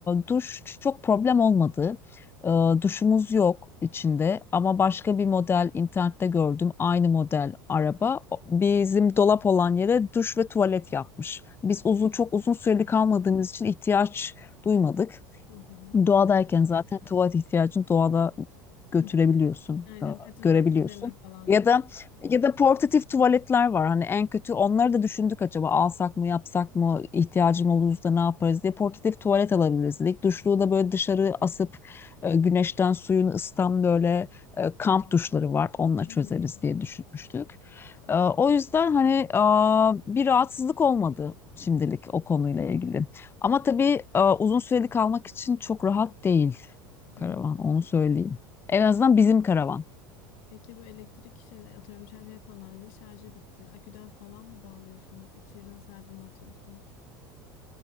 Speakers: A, on the left (about 20°); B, on the left (about 65°).
A: duş çok problem olmadı. Ee, duşumuz yok içinde ama başka bir model internette gördüm. Aynı model araba O- bizim dolap olan yere duş ve tuvalet yapmış. Biz uzun çok uzun süreli kalmadığımız için ihtiyaç duymadık.
B: Hı hı.
A: Doğadayken zaten tuvalet ihtiyacını doğada götürebiliyorsun,
B: <laughs> Aynen
A: e,
B: petrol
A: görebiliyorsun.
B: ofislerine falan ya.
A: Ya da ya da portatif tuvaletler var. Hani en kötü onları da düşündük acaba alsak mı, yapsak mı, ihtiyacım olursa ne yaparız diye portatif tuvalet alabiliriz dedik. Duşluğu da böyle dışarı asıp e, güneşten suyunu ısıtan böyle e, kamp duşları var. Onunla
B: Hmm,
A: çözeriz diye düşünmüştük.
B: Çok
A: E, O
B: iyi.
A: yüzden hani e, bir rahatsızlık olmadı şimdilik o konuyla ilgili. Ama tabii e, uzun süreli kalmak için çok rahat değil
B: Hmm.
A: karavan, onu söyleyeyim. En azından bizim karavan.
B: Peki bu elektrik işi atıyorum şarj telefonlarınızın şarjı bitti. Aküden falan mı bağlıyorsunuz? İçeriden nasıl aydınlatıyorsunuz?